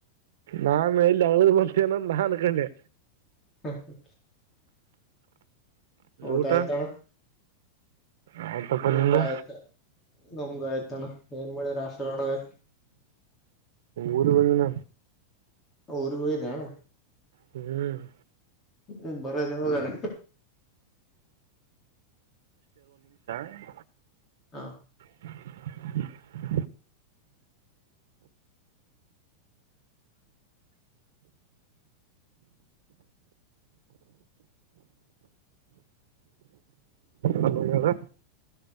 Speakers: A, on the right; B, on the left.
A: ನಾನ ಎಲ್ಲಿ ಬ ಮೇನ ನಾ ಅನ್ಕೊಂಡೆ
B: ಹಾ ಹಾ ಊಟಾಯತಣ
A: ಊಟ ಆಯ್ತಪ್ಪ
B: ಊಟ
A: ನಿಂದು
B: ಆಯ್ತಾ ನಮ್ದ ಆಯ್ತು ಏನ್ ಮಾಡಿ ರಾಷ್ಟ್ರ ಮಾಡದು
A: ಊರು ಬಂದಿನ
B: ಅವರು ಹದಣ
A: ಹ್ಮ್
B: ಹ್ಮ್ ಬರದೆವ ಜಣ
A: ಹ್ಞೂ
B: ಹಾ
A: <unintelligible> ಹಲೋ ಹೇಳು